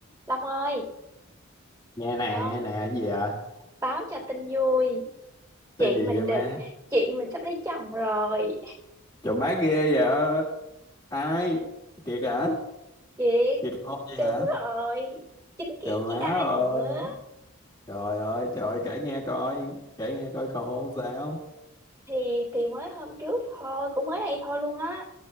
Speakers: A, on the right; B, on the left.
A: Long ơi,
B: nghe nè
A: đó,
B: nghe nè cái gì vậy
A: báo cho tin vui.
B: tên
A: Chị
B: gì
A: mình
B: vậy má
A: được, chị mình sắp lấy chồng rồi.
B: trời má ghê vậy ai Kiệt hả
A: Chị,
B: Kiệt cầu hôn vậy
A: đúng
B: hả
A: rồi. Chính chị
B: trời má
A: chứ ai
B: ơi
A: nữa.
B: trời ơi trời ơi, kể nghe coi kể nghe coi cầu hôn sao
A: Thì thì mới hôm trước thôi, cũng mới đây thôi luôn á.